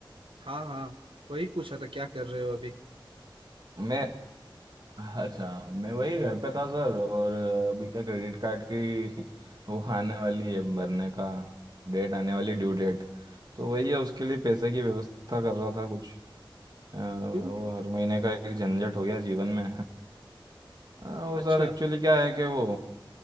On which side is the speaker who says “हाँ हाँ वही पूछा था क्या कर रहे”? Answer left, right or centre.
Right